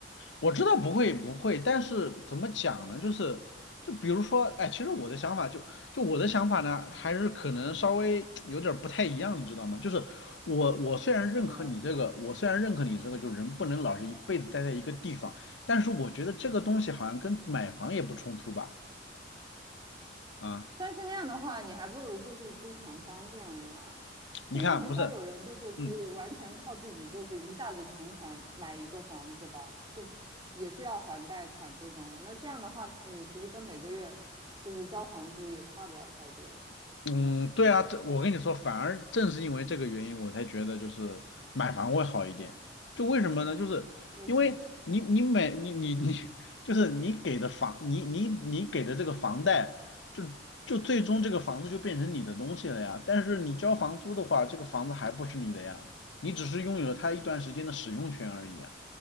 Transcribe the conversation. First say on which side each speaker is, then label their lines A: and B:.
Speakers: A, on the left (about 75°); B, on the right (about 25°).
A: 我知道不会不会，但是怎么讲呢？就是就比如说，哎，其实我的想法就就我的想法呢，还是可能稍微有点儿不太一样，你知道吗？就是我我虽然认可你这个，
B: 怎么？
A: 我虽然认可你这个，就人不能老是一辈子待在一个地方，但是我觉得这个东西好像跟买房也不冲突吧？啊，
B: 但是那样的话，你还不如就是租房方便了呀。
A: 你看不是，
B: 现在很少有人就是可以完全靠自己，
A: 嗯。
B: 就是一下子全款买一个房子吧，就也是要还贷款这种啊。那这样的话，你其实跟每个月就是交房租也差不了太多。
A: 嗯，对啊，这我跟你说，反而正是因为这个原因，我才觉得就是买房会好一点。就为什么呢？就是因为你你买你你你，
B: 为什么？
A: 就是你给的房，你你你给的这个房贷，就就最终这个房子就变成你的东西了呀。但是你交房租的话，这个房子还不是你的呀，你只是拥有了它一段时间的使用权而已啊。